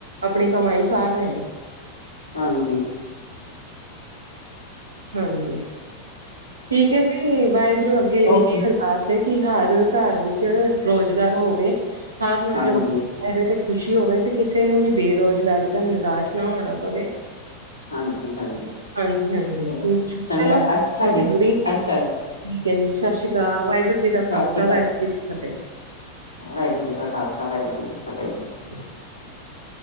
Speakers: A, on the right (about 80°); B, on the left (about 75°).
A: ਆਪਣੀ ਕਮਾਈ ਕਰ ਰਹੇ ਨੇ
B: ਹਾਂਜੀ।
A: ਹਾਂਜੀ ਠੀਕ ਹੈ ਜੀ ਵਾਹਿਗੁਰੂ ਅੱਗੇ ਇਹੀ
B: ਓਕੇ
A: ਅਰ ਆਸ ਹੈ ਕਿ ਹਰ ਘਰ ਵਿੱਚ ਰੋਜ਼ਗਾਰ ਹੋਵੇ ਹਰ ਨੌਜਵਾਨ
B: ਹਾਂਜੀ
A: ਮੇਰੇ ਤੇ ਖੁਸ਼ੀ ਹੋਵੇ ਤੇ ਕਿਸੇ ਨੂੰ ਵੀ ਬੇਰੋਜ਼ਗਾਰੀ ਦਾ ਨਿਰਾਸ਼ ਨਾ ਹੋਣਾ ਪਵੇ।
B: ਹਾਂਜੀ ਹਾਂਜੀ।
A: ਹਾਂਜੀ ਹਾਂਜੀ
B: ਚਲੋ
A: ਚ
B: ਚੰਗਾ
A: ਲ
B: ਅੱਛਾ ਜੀ
A: ਚੱਲਦੀ ਹ
B: ਅੱਛਾ
A: <unintelligible>
B: ਜੀ
A: ਠੀਕ ਹੈ ਜੀ ਸਤਿ ਸ੍ਰੀ ਕਾਲ ਵਾਹਿਗੁਰੂ ਜੀ ਦਾ
B: ਸਤਿ
A: ਖਾਲਸਾ
B: ਸ਼੍ਰੀ
A: ਵਾਹਿਗੁਰੂ ਜੀ ਦੀ ਫਤਿਹ।
B: ਵਾਹਿਗੁਰੂ ਜੀ ਕਾ ਖਾਲਸਾ ਵਾਹਿਗੁਰੂ ਜੀ ਕੀ ਫਤਿਹ ਜੀ।
A: <inaudible>